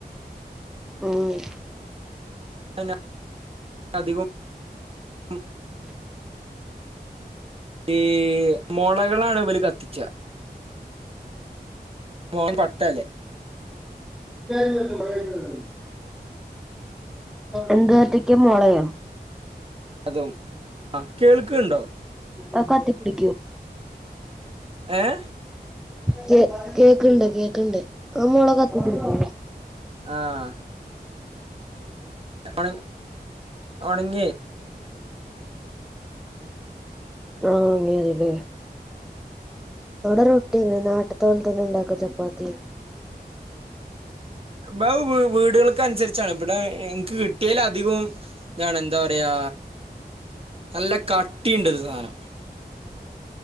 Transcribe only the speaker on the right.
അ എന്നെ അധികോം മ്
ഈ മൊളകളാണ് ഇവര് കത്തിച്ച <unintelligible> അല്ലേ
അതും ആ കേൾകണണ്ടോ
ഏഹ്
ആഹ് ണങ്ങി ഒണങ്ങിയ്
ബ വീട്കൾക്ക അൻസരിച്ചാണ് ഇബടെ ഇനിക്ക് കിട്ടിയല ധികോം ഇതാണ് എന്താ പറയാ നല്ല കട്ടിയൂണ്ട്ത് സാദനം